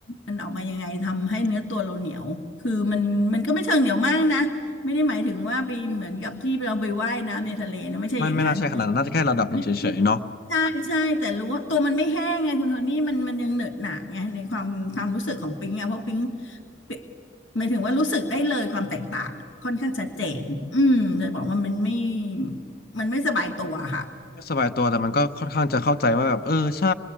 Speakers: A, on the left; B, on the left.
A: มันออกมายังไงทำให้เนื้อตัวเราเหนียวคือมันมันก็ไม่เชิงเหนียวมากนะไม่ได้หมายถึงว่าไปเหมือนกับที่เราไปว่ายน้ำในทะเลนะไม่ใช่อย่างนั้น
B: มันไม่น่าใช่ขนาดนั้นน่าจะแค่ระดับหนึ่งเฉยๆเนาะ
A: ไม่ไม่ใช่ใช่แต่รู้ว่าตัวมันไม่แห้งไงคุณโทนี่มันมันยังเหนอะหนะไงในความความรู้สึกของปิ๊งอะเพราะปิ๊งปิ๊งหมายถึงว่ารู้สึกได้เลยความแตกต่างอะค่อนข้างชัดเจนอืมเลยบอกว่ามันไม่มันไม่สบายตัวค่ะ
B: ก็สบายตัวแต่มันก็ค่อนข้างจะเข้าใจว่าแบบเออใช่